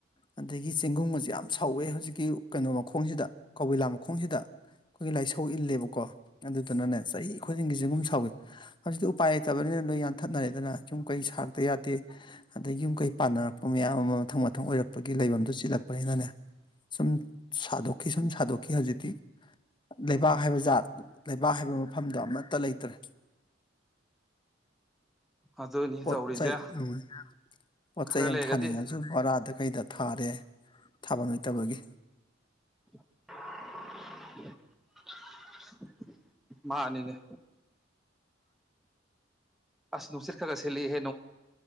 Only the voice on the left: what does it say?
ꯑꯗꯒꯤ ꯆꯦꯡꯒꯨꯝꯁꯦ ꯌꯥꯝ ꯁꯧꯋꯦ ꯍꯧꯖꯤꯛꯀꯤ ꯀꯩꯅꯣ ꯃꯈꯣꯡꯁꯤꯗ ꯀꯏꯂꯥ ꯃꯈꯣꯡꯁꯤꯗ ꯑꯩꯈꯣꯏꯒꯤ ꯂꯥꯏ ꯁꯧ ꯏꯜꯂꯦꯕꯀꯣ ꯑꯗꯨꯗꯨꯅꯅꯦ ꯆꯍꯤ ꯈꯨꯗꯤꯡꯒꯤꯁꯒꯨꯝ ꯁꯥꯎꯋꯤ ꯍꯧꯖꯤꯛꯇꯤ ꯎꯄꯥꯏ ꯂꯩꯇꯕꯅꯤꯅ ꯂꯣꯏ ꯌꯥꯟꯊꯠꯅꯔꯦꯗꯅ ꯌꯨꯝ ꯀꯩ ꯁꯥꯔꯛꯇ ꯌꯥꯗꯦ ꯑꯗꯩ ꯌꯨꯝ ꯀꯩ ꯄꯥꯟꯅꯔꯛꯄ ꯃꯌꯥꯝ ꯑꯃ ꯃꯊꯪ ꯃꯊꯪ ꯑꯣꯏꯔꯛꯄꯒꯤ ꯂꯩꯐꯝꯗꯨꯣ ꯆꯤꯜꯂꯛꯄꯅꯤꯅꯅꯦ ꯁꯨꯝ ꯁꯥꯗꯣꯛꯈꯤ ꯁꯨꯝ ꯁꯥꯗꯣꯛꯈꯤ ꯍꯧꯖꯤꯛꯇꯤ ꯂꯩꯕꯥꯛ ꯍꯥꯏꯕ ꯖꯥꯠ ꯂꯩꯕꯥꯛ ꯍꯥꯏꯕ ꯃꯐꯝꯗꯣ ꯑꯃꯠꯇ ꯂꯩꯇ꯭ꯔꯦ
ꯄꯣꯠ
ꯆꯩ ꯎꯝ ꯄꯣꯠ
ꯆꯩꯩ
ꯑꯃ ꯊꯥꯅꯤꯡꯉꯁꯨ ꯕꯣꯔꯥꯗ ꯀꯩꯗ ꯊꯥꯔꯦ ꯊꯥꯐꯝ ꯂꯩꯇꯕꯒꯤ